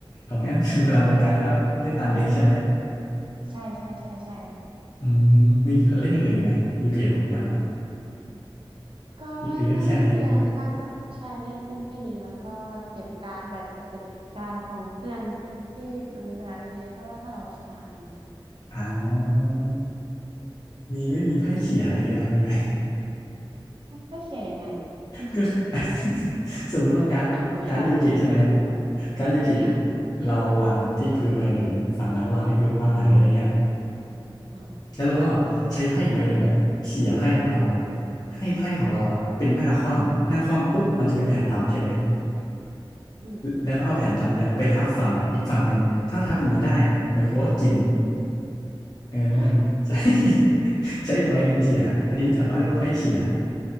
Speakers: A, on the left; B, on the right.
A: ของแอมคือพลังกลไกแล้วก็เล่นตามเด็กใช่ไหม
B: ใช่แล้วใช่ใช่ใช่ใช่
A: อืมมีเล่นอย่างอื่นอีกไหมยูกิของแอมอ่ะ
B: ก็ไม่ไม่ไม่ไมมีอะไรส่วนมากก็ใช่เล่นเล่นแค่นี้แล้วก็เก็บการ์ดแบบเก็บการ์ดของเพื่อน
A: หรือเล่นแค่นี้
B: ที่มันมีพลังเยอะถ้าว่าถ้าเราชนะเนี่ย
A: อ่ามีไม่มีไพ่เขี่ยอะไรเงี้ยเหรอมีไหม
B: ให้เขียนยังไงอะ
A: ก็ <laughs> สมมุติว่าการ์ดการ์ดยูกิใช่ไหม
B: อ่ะไงเราไม่ไม่ไม่รู้อ่ะ
A: การ์ดยูกิ
B: อ่า
A: เราวางที่พื้นใบหนึ่งฝั่งนั้นวางที่พื้นวางหงายอะไรเงี้ย
B: อ่า
A: แล้วเราก็ใช้ไพ่อีกใบหนึ่งแบบเขี่ยไพ่ของเราอะให้ไพ่ของเราอะเป็นหน้าคว่ำหน้าคว่ำปุ๊บมันจะเป็นแผ่นดำใช่ไหม
B: อืม
A: แล้วก็เอาแผ่นดำเนี่ยไปทับฝั่งอีกฝั่งหนึ่งถ้าทับอย่างนี้ได้เหมือนโคว่ากินเออ
B: ฮะ
A: <laughs> ใช้ <laughs> ใช้อีกใบหนึ่งเขี่ยอันนี้แถวบ้านเรียกว่าไพ่เขี่ย